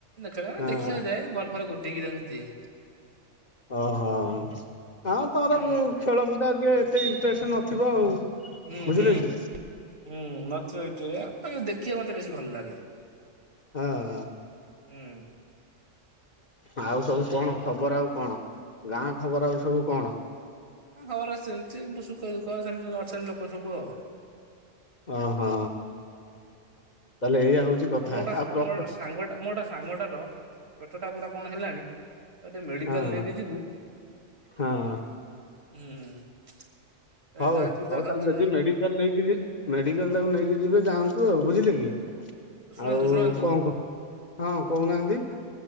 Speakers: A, on the right; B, on the left.
A: ଖେଳ ମାନେ
B: ହଁ।
A: ଦେଖିବାକୁ ଯାଏ। ବଲ୍ ଫଲ ଗୋଟେକି ତାଙ୍କୁ ଦିଏ।
B: ଓହୋ ଆଁ ତମର
A: ହୁଁ
B: ବହୂ ଖେଳକୁଦ ଟିକେ ଏତେ ଇଣ୍ଟରେଷ୍ଟ ନଥିବ ଆଉ।
A: ହୁଁ
B: ବୁଝିଲେ
A: ହୁଁ
B: କି?
A: ହୁଁ ନଥିବ ଏଇଠିରେ ଦେଖିବା ମତେ ବେଶୀ ଭଲ ଲାଗେ।
B: ହଁ
A: ହୁଁ
B: ଆଉ ସବୁ କଣ ଖବର ଆଉ କଣ ଗାଁ ଖବର ଆଉ ସବୁ କଣ?
A: ହଁ ଖବର ଆଜି ଚାଲିଚି ଏମିତି ସୁଖ ଦୁଃଖ ସାଙ୍ଗେ ଅଛନ୍ତି ଲୋକ ସବୁ ଆଉ।
B: ଓହୋ ତାହେଲେ ଏଇଆ। ହଉଛି କଥା
A: ମୁଁ ଗୋଟା
B: ଆଉ ପ୍ରକ
A: ମୋର ଗୋଟେ ସାଙ୍ଗଟା ମୋର ଗୋଟେ ସାଙ୍ଗଟାର ପେଟଟା ପୁରା କଣ ହେଲାଣି। ତାକୁ ଟିକେ ମେଡ଼ିକାଲ
B: ହଁ
A: ନେଇକି ଯିବୁ।
B: ହଁ
A: ହୁଁ। ଏ
B: ହଉ
A: ଜୟପୁର ତା
B: ହଉ
A: ଭାବୁଛୁ
B: ତାହେଲେ ଯଦି ମେଡ଼ିକାଲ ନେଇକି ଯି ମେଡ଼ିକାଲ ତାକୁ ନେଇକି ଯିବେ ଯାଆନ୍ତୁ ଆଉ ବୁଝିଲେ କି।
A: ଶୁଣନ୍ତୁ
B: ଆଉ
A: ଶୁଣନ୍ତୁ।
B: କଣ କ ହଁ କହୁନାହାନ୍ତି